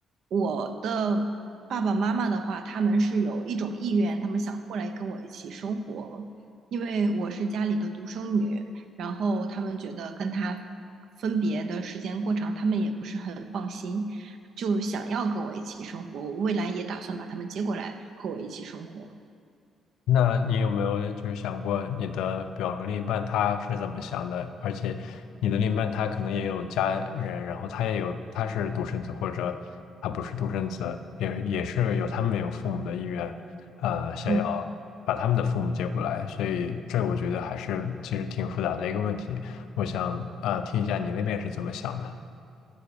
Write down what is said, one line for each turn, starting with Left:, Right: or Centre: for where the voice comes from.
Right: 我的爸爸妈妈的话，他们是有一种意愿，他们想过来跟我一起生活，因为我是家里的独生女，然后他们觉得跟他分别的时间过长，他们也不是很放心。就想要跟我一起生活，我未来也打算把他们接过来和我一起生活。
Left: 那你有没有就是想过你的，比方说另一半他是怎么想的？而且你的另一半他可能也有家人，然后他也有他是独生子，或者他不是独生子，也也是有他们有父母的意愿，呃，想要
Right: 嗯，
Left: 把他们的父母接过来，所以这我觉得还是其实挺复杂的一个问题。我想啊，呃听一下你那边是怎么想的。